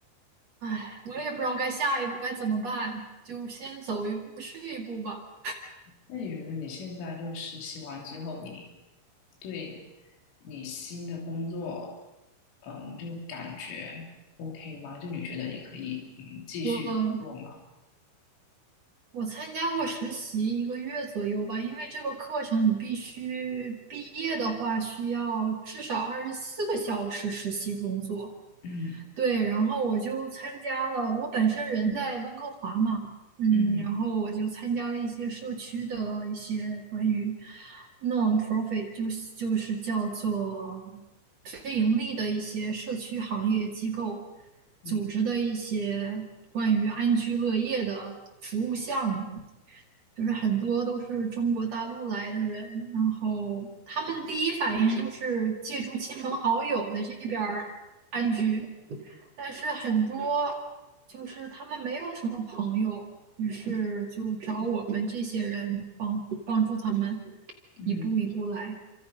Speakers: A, on the right; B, on the left.
A: 唉，我也不知道该下一步该怎么办，就先走一步是一步吧。
B: 那你觉得你现在就实习完之后，你对你新的工作，嗯，就感觉 OK 吗？就你觉得你可以嗯继续做吗？
A: 我我参加过实习一个月左右吧，因为这个课程你必须毕业的话，需要至少二十四个小时实习工作。
B: 嗯
A: 对，然后我就参加了，我本身人在温哥华嘛，嗯，
B: 嗯
A: 然后我就参加了一些社区的一些关于 non-profit，就是就是叫做非盈利的一些社区行业机构
B: 嗯
A: 组织的一些关于安居乐业的服务项目，就是很多都是中国大陆来的人，然后他们第一反应就是借助亲朋好友在这边儿安居。但是很多就是他们没有什么朋友，于是就找我们这些人帮帮助他们
B: 嗯，
A: 一步一步来。